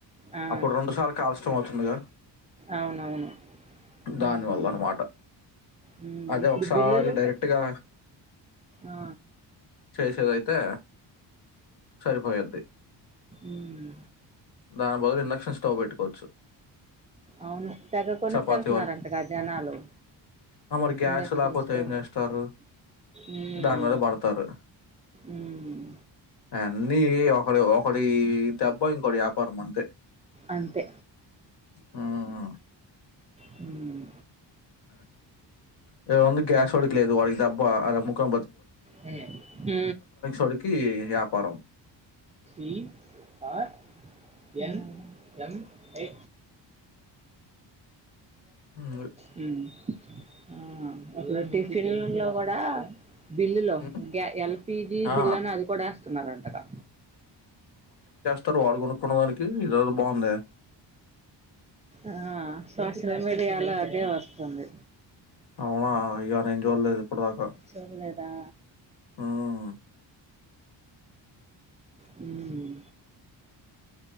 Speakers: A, on the right (about 15°); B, on the left (about 60°).
A: ఆ,
B: అప్పుడు రెండు సార్లు కాల్ష్టం అవుతుందిగా.
A: అవునవును ఉమ్,
B: దానివల్ల అన్నమాట
A: ఉమ్,
B: అదే
A: ఇప్పుడు
B: ఒకసారీ
A: బిల్లులు
B: డైరెక్ట్గా
A: కట్- ఆ,
B: చేసేదైతే సరిపోయిద్ది.
A: మ్
B: దాని బదులు ఇండక్షన్ స్టవ్ పెట్టుకోవచ్చు.
A: అవును తెగ కొనిక్
B: చపాతీ
A: వెళ్తున్నారంటగా జనాలు
B: అ మరి గ్యాస్
A: ఇండక్షన్
B: లేకపోతే
A: స్టవ్
B: ఏం చేస్తారు
A: ఉమ్,
B: దాన్ మీ దానే పడతారు
A: ఉమ్,
B: అయన్ని ఒకడ ఒకడీ దబ్బ ఇంకోడి వ్యాపార మనుకో తే
A: అంతే
B: హ్మ్మ్
A: హ్మ్
B: ఇడ ఉంది గ్యాస్ వోడికి లేదు వాడికి దేబ్బ అద్ అమ్ముకో
A: హ్మ్
B: వాడికి వ్యాపారం
A: ఈ ఆర్ ఎన్ ఎం ఎ
B: హ్మ్.
A: హ్మ్ ఆ ఇట్ల టిఫిన్ ల కూడా బిల్లులో
B: హ్మ్.
A: గ్యా ఎల్పిజి
B: ఆ!
A: బిల్లు అని అది కూడ వేస్తున్నారు అంటగా
B: తరూ వాల్ కొనుక్కున్న దానికి ఇదేదో బావుందే!
A: ఆ సోషల్ మీడియాలో అదే వస్తుంది
B: అవునా! అయ్యో! నేను చూడలేదు ఇప్పటిదాకా.
A: చూడలేదా
B: హ్మ్.
A: హ్మ్